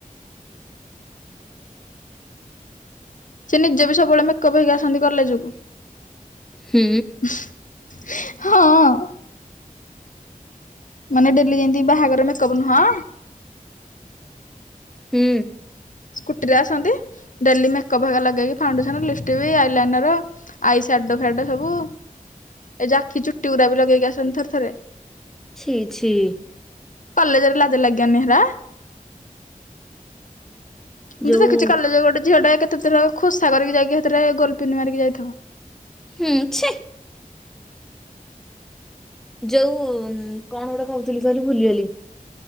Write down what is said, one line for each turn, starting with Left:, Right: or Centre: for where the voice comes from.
Left: ସେ ନିଜେ ବି ସବୁବେଳେ ମେକଅପ୍ ହେଇକି ଆସନ୍ତି କଲେଜକୁ।
Centre: ହୁଁ।
Left: ହଁ। ମାନେ ଡେଲି ଯେନ୍ତି ବାହାଘର ମେକଅପ୍ ନୁହଁ
Centre: ହୁଁ।
Left: ସ୍କୁଟିରେ ଆସନ୍ତି ଡେଲି ମେକପ୍ ହେକା ଲଗେଇକି ଫାଉଣ୍ଡେସନ ଲିଷ୍ଟକି ଆଇଲାଇନର ଆଇ ସ୍ୟାଡୋ ଫ୍ୟାଡୋ ସବୁ ଏଇ ଯୋଉ ଆଖି ଚୁଟି ଗୁରାବି ଲଗେଇକି ଆସନ୍ତି ଥରେ ଥରେ।
Centre: ଛି ଛି।
Left: କଲେଜରେ ଲାଜ ଲାଗିବନି ହେରା?
Centre: ଯୋଉ
Left: ମୁଁ ତ ଦେଖୁଛି କଲେ ଗୋଟେ ଝିଅଟେ କେତେଥର ଖୋସା କରିକି ଯାଇକି ହେଥେରେ ଗୋଲପିନ ମାରିକି ଯାଇଥିବ।
Centre: ହୁଁ ଛି। ଯୋଉ କଣ ଗୁଟେ କହୁଥିଲି କହିଲୁ ଭୁଲିଗଲି